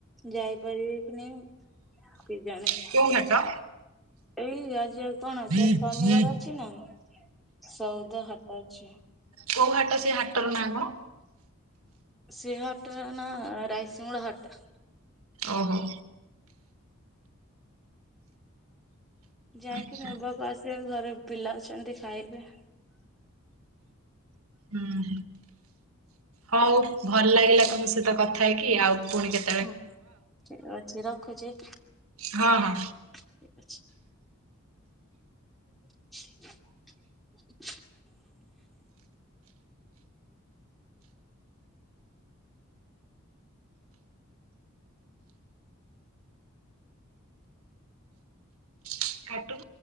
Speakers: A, in the centre; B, on the right (about 85°).
A: ଯାଇପାରିବେ କି ନାଇଁ କେଜାଣି?
B: କୋଉ ହାଟ?
A: ଏଇ ଆଜି ଆଉ କଣ ଅଛି
B: ହୁଁ
A: ଆ ଶନିବାର ଅଛି ନା ସଉଦା ହାଟ ଅଛି।
B: କୋଉ ହାଟ ସେ ହାଟର ନାଁ କଣ?
A: ସେ ହାଟ ର ନା ରାଇସିଙ୍ଗଡ଼ ହାଟ।
B: ଓହୋ
A: ଯାଇକି
B: ଆଚ୍ଛା
A: ନେବାକୁ ଆସିବେ ଘରେ ପିଲା ଅଛନ୍ତି ଖାଇବେ।
B: ହୁଁ ହଉ ଭଲ ଲାଗିଲା ତମ ସହିତ କଥା ହେଇକି ଆଉ ପୁଣି କେତେ
A: ହଁ ଠିକ ଅଛି ରଖୁଛି?
B: ହଁ ହଁ
A: ଠିକ ଅଛି। <unintelligible>
B: <inaudible>